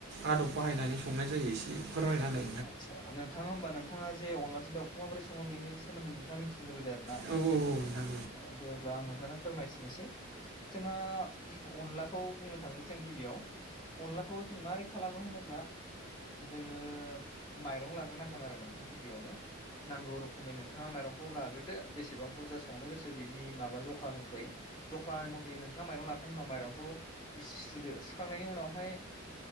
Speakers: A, on the right; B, on the left.
A: आदब बाहायनानै संनाय जायो? एसे फोरमायना होनाय
B: आदसा नोंथाङा होमबा नोंथाङा जे अनलाजों दाउखौ माबोरै सङो बेनि सोमोन्दै नोंथाङा मिथिनो लुबैदों आरो ना।
A: नोंथां औ औ नोंथां
B: औ दे अब्ला आं नोंथांनो फोरमायथिनोसै। जोंहा अनलाखौ बुंनो थांनोसै आं गिबियाव अनलाखौ जों मारै खालामो होनोब्ला जोङो माइरं लाग्रोनांगोन आरो नोंथां गिबियावनो नांगौ रोखोमै नोंथाङा माइरंखौ लाग्रोदो बेसेबां बुरजा संनो गोसो बेनि माबा जखानिख्रुइ। जखा मथे नोंथाङा माइरं लाखांनायनिनो उनाव माइरंखौ इसे सुदो। सुखांनायनि उनावहाय